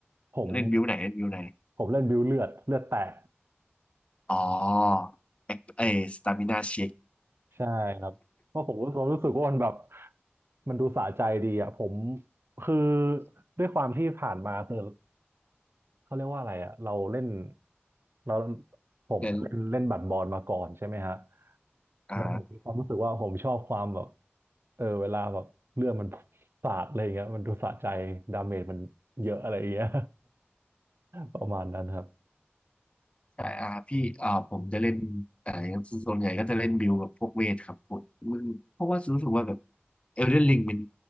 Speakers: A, on the right; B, on the left.
A: ผม
B: เล่นบิวไหนเล่นบิวไหน
A: ผมเล่นบิวเลือดเลือดแตก
B: อ๋อเอเอสตามินาเช็ค
A: ใช่ครับเพราะผมรู้สึกรู้สึกว่ามันแบบมันดูสะใจดีอ่ะผมคือด้วยความที่ผ่านมาคือเขาเรียกว่าอะไรอ่ะเราเล่นเราผมเล่นเล่นบัดบอลมาก่อนใช่ไหมฮะ
B: เล่นอ่า
A: แล้วผมมีความรู้สึกว่าผมชอบความแบบเออเวลาแบบเลือดมันสาดอะไรอย่างเงี้ยมันดูสะใจดาเมจมันเยอะอะไรอย่างเงี้ย <laughs> ประมาณนั้นครับ
B: แต่อ่าพี่อ่าผมจะเล่นแต่ส่วนใหญ่ก็จะเล่นบิลกับพวกเวทครับผมมันเพราะว่ารู้สึกว่าแบบเอลเดนริงเป็น